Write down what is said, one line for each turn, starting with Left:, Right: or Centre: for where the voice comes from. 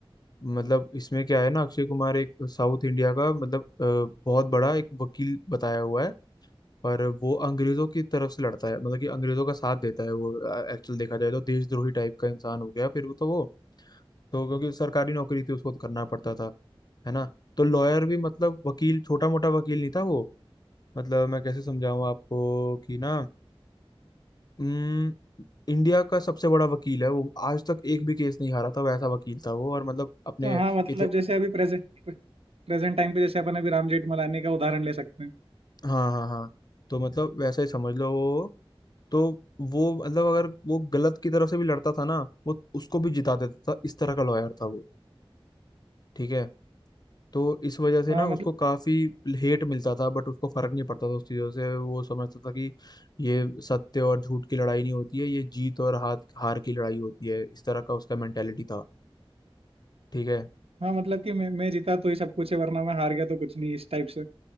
Left: मतलब इसमें क्या है ना अक्षय कुमार एक साउथ इंडिया का मतलब अ, बहुत बड़ा एक वकील बताया हुआ है पर वो अंग्रेजों की तरफ से लड़ता है मतलब कि अंग्रेजों का साथ देता है वो एक्चुअल देखा जाए तो देशद्रोही टाइप का इंसान हो गया फिर वो तो वो तो क्योंकि सरकारी नौकरी थी उसको तो करना पड़ता था है ना तो लॉयर भी मतलब वकील छोटा मोटा वकील नहीं था वो मतलब मैं कैसे समझाऊं आपको कि ना हम्म, इंडिया का सबसे बड़ा वकील है वो आज तक एक भी केस नहीं हारा था वैसा वकील था वो और मतलब अपने
Right: तो हाँ मतलब
Left: इति
Right: जैसे अभी प्रेजेंट प्रेजेंट टाइम पे जैसे अपन अभी राम जेठमलानी का उदाहरण ले सकते हैं
Left: हाँ हाँ हाँ तो मतलब वैसा ही समझ लो वो तो वो मतलब अगर वो गलत की तरफ से भी लड़ता था ना वो उसको भी जिता देता था इस तरह का लॉयर था वो ठीक है तो इस वजह से
Right: हाँ
Left: ना
Right: मतलब
Left: उसको काफी हेट मिलता था बट उसको फर्क नहीं पड़ता था उस चीजों से वो समझता था कि ये सत्य और झूठ की लड़ाई नहीं होती है ये जीत और हाथ हार की लड़ाई होती है इस तरह का उसका मेंटेलिटी था ठीक है
Right: हाँ मतलब कि मैं मैं जीता तो ही सब कुछ है वरना मैं हार गया तो कुछ नहीं इस टाइप से